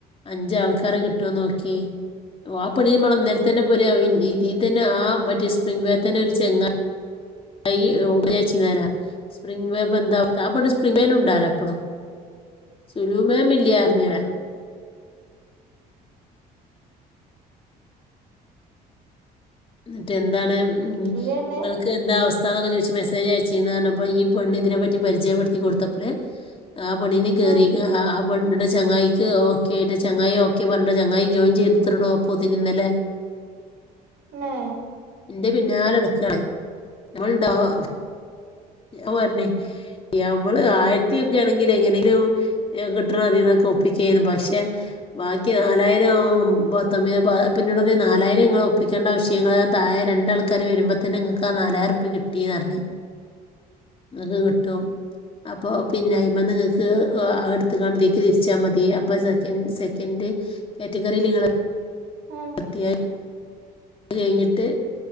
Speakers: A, on the left; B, on the right.
A: അഞ്ച് ആൾക്കാരെ കിട്ടുവോന്ന് നോക്കി ഓ ആ <unintelligible> ഇതിൽ തന്നെ ആ മറ്റേ സ്പ്രിംഗ് വേൽ തന്നെ ഒരു ചെങ്ങാ <unintelligible> സ്പ്രിംഗ വേവ് എന്താ അവസ്ഥ ആ പെണ്ണ് സ്പിംഗ് വേൽ ഉണ്ടാലോ എപ്പൊടും സുലൂമേമില്ല്യ അറിഞ്ഞിട മറ്റേ എന്താണ് ഉം
B: എന്തേ പറഞ്ഞേ
A: നിങ്ങൾക്ക് എന്താ അവസ്ഥാന്നൊക്കെ ചോദിച്ച്മെസ്സേ മെസ്സേജ് അയച്ചീന്ന് പറഞ്ഞപ്പം ഈ പെണ്ണ് ഇതിനെ പറ്റി പരിചയപ്പെടുത്തി കൊടുത്തപ്പള് ആ പെണ്ണിന് കേറിയിക്ക്
B: ആഹ്
A: ആ പെണ്ണിന്റെ ചങ്ങായിക്ക് ഓക്കെ ആയിട്ട് ചങ്ങായി ഓക്കെ പറഞ്ഞിട്ട് ചങ്ങായി ജോയിൻ ചെയ് <unintelligible> ഇന്നലെ
B: നേ
A: ന്റെ പിന്നാലെ നടക്കാണ് നമ്മൾ ഇണ്ടാവാ മ പറഞ്ഞ് ഞമ്മള് ആയിരത്തി യെക്കെ ആണെങ്കിൽ എങ്ങനെങ്കിലും കിട്ടണം അതീന്നൊക്കെ ഒപ്പിക്കാരുന്നു പക്ഷെ ബാക്കി നാലായിരം <unintelligible> അപ്പം ഇന്നോട് പറഞ്ഞ് നാലായിരം ഇങ്ങള് ഒപ്പിക്കേണ്ട ആവശ്യങ്ങ തായെ രണ്ടാൾക്കാര് വരുമ്പോത്തന്നെ നിങ്ങൾക്ക് ആ നാലായിരംറുപ്പിയ കിട്ടീന്ന് പറഞ്ഞ് അത് കിട്ടും അപ്പൊ പിന്നെ അയിമ്മേ നിങ്ങക്ക് അടുത്ത കാണത്തേക്ക് തിരിച്ചാൽ മതി അപ്പൊ സെക്കൻഡ് സെക്കൻഡ് കാറ്റഗറീൽ നിങ്ങള്
B: ആഹ്
A: പത്തിയായി അത് കഴിഞ്ഞിട്ട്